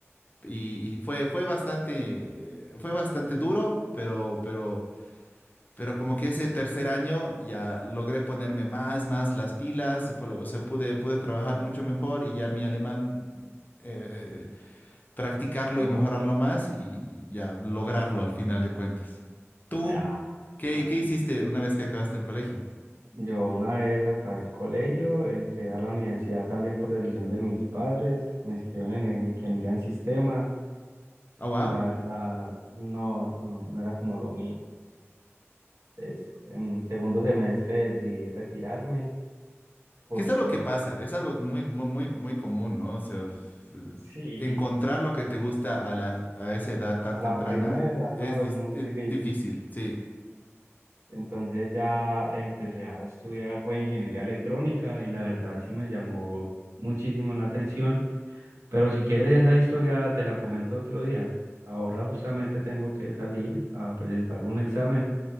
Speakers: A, on the left; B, on the right.
A: Y, y fue, fue bastante, eh, fue bastante duro, pero, pero, pero como que ese tercer año ya logré ponerme más, más las pilas, y, por- o sea, pude, pude trabajar mucho mejor y ya mi alemán... eh, practicarlo
B: Oro.
A: y mejorarlo más y ya lograrlo al final de cuentas. ¿Tú
B: Ah,
A: qué,
B: aquí.
A: qué hiciste una vez que acabaste el colegio?
B: Yo una vez acabé el colegio, entré a la universidad también por decisión de mis padres, me inscribieron en en ingeniería en sistemas
A: Oh, wow.
B: y la verdad no, no, no era como lo mío. Entonces, en segundo semestre decidí retirarme porque
A: Que es algo que pasa, es algo muy, muy, muy, muy común, ¿no? O sea, f-
B: sí,
A: encontrar lo que te gusta a la, a esa edad tan
B: a
A: temprana
B: la primera no
A: es, dis-
B: es muy
A: es
B: difícil.
A: difícil, sí.
B: Entonces ya empecé a estudiar fue ingeniería electrónica y la verdad sí me llamó muchísimo la atención. Pero si quieres esa historia, te la comento otro día. Ahora justamente tengo que salir a presentar un examen.